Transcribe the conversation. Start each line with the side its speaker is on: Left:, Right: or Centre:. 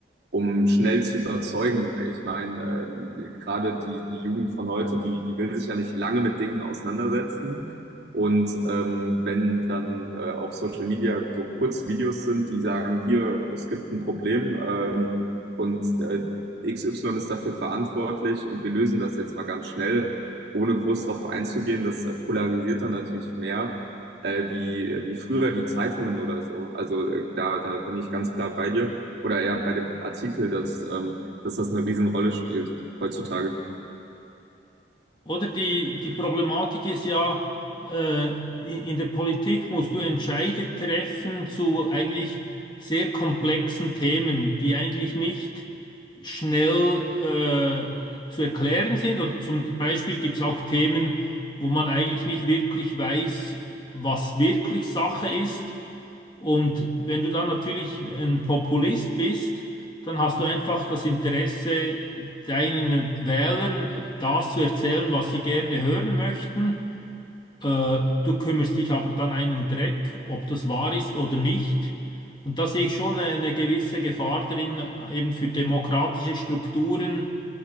Right: um schnell zu überzeugen. Ich meine, ähm, gerade die, die Jugend von heute, die, die will sich ja nicht lange mit Dingen auseinandersetzen. Und ähm, wenn dann äh, auf Social Media so kurze Videos sind, die sagen, hier, es gibt ein Problem ähm, und äh, XY ist dafür verantwortlich und wir lösen das jetzt mal ganz schnell, ohne groß darauf einzugehen, das äh, polarisiert dann natürlich mehr äh, wie, wie früher die Zeitungen oder so. Also äh, da, da bin ich ganz klar bei dir oder eher bei dem Artikel, dass, ähm, dass das eine Riesenrolle spielt heutzutage.
Left: Oder die, die Problematik ist ja, äh, in, in der Politik musst du Entscheide treffen zu eigentlich sehr komplexen Themen, die eigentlich nicht schnell äh, zu erklären sind. Oder zum Beispiel gibt es auch Themen, wo man eigentlich nicht wirklich weiß, was wirklich Sache ist. Und wenn du dann natürlich ein Populist bist, dann hast du einfach das Interesse, deinen Wählern das zu erzählen, was sie gerne hören möchten. Äh, Du kümmerst dich aber dann einen Dreck, ob das wahr ist oder nicht. Und da sehe ich schon eine gewisse Gefahr drin, eben für demokratische Strukturen.